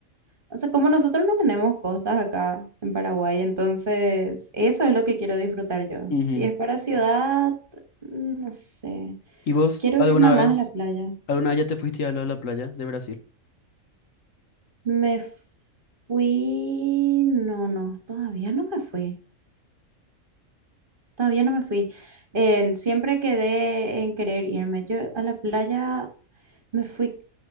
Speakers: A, on the right; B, on the left.
A: O sea, como nosotros no tenemos costas acá en Paraguay, entonces eso es lo que quiero disfrutar yo.
B: Ujú.
A: Si es para ciudad, no sé.
B: ¿Y vos
A: Quiero
B: alguna
A: irme más
B: vez?
A: a la playa.
B: ¿Alguna vez ya te fuiste a la, a la playa de Brasil?
A: Me fui... No, no, todavía no me fui. Todavía no me fui. En- siempre quedé en querer irme. Yo a la playa me fui,